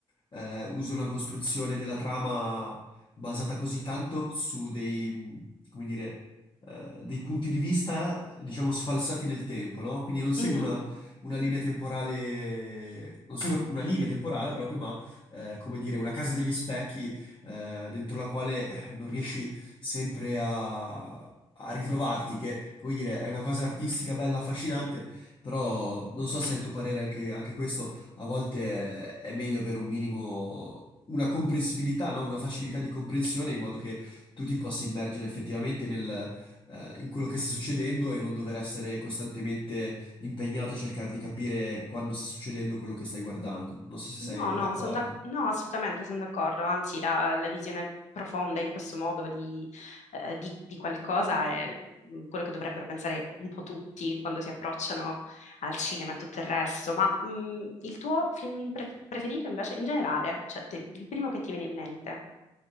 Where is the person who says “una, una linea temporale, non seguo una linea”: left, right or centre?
Left